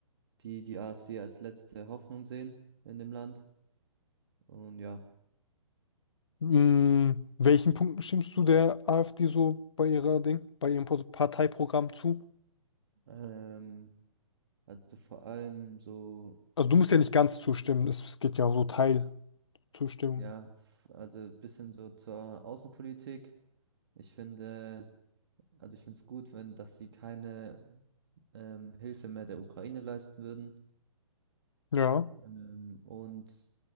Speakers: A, on the right; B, on the left.
A: die die AfD als letzte Hoffnung sehen in dem Land. Und ja,
B: Mm, welchen Punkten stimmst du der AfD so bei ihrer Ding, bei ihrem Po- Parteiprogramm zu?
A: ähm, also vor allem so,
B: Also du musst ja nicht ganz zustimmen, es geht ja auch so Teilzustimmung.
A: ja, f- also bisschen so zur Außenpolitik. Ich finde, also ich finde es gut, wenn, dass sie keine ähm, Hilfe mehr der Ukraine leisten würden.
B: Ja.
A: Ähm, und